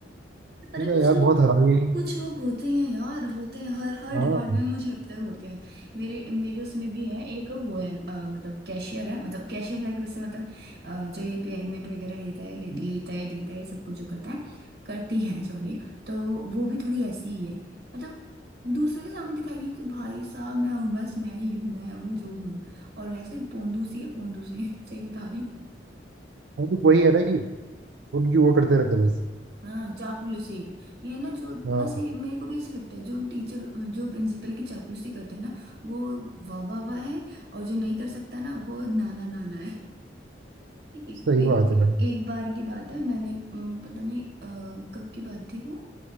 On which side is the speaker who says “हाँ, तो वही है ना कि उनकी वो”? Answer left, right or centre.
Right